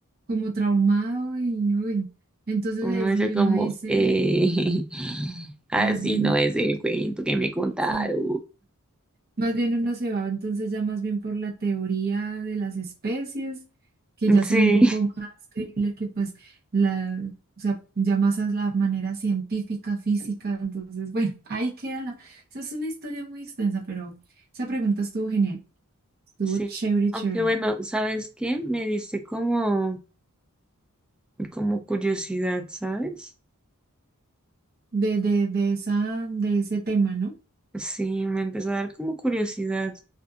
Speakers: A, on the right; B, in the centre.
A: como traumado y uy. Entonces
B: uno
A: ahí es
B: dice
A: donde
B: como,
A: uno dice,
B: eh, <laughs> así
A: más bien,
B: no es el cuento que me contaron.
A: sí, más bien uno se va, entonces ya más bien por la teoría de las especies, que ya se
B: Sí,
A: ve un poco más creíble que pues la, o sea, ya más a la manera científica, física. Entonces, bueno, <laughs> ahí queda la, esa es una historia muy extensa, pero esa pregunta estuvo genial.
B: <laughs>
A: Estuvo
B: sí.
A: chévere, chévere.
B: Aunque bueno, ¿sabes qué? Me diste como, como curiosidad, ¿sabes?
A: de, de, de esa, de ese tema, ¿no?
B: Sí, me empezó a dar como curiosidad.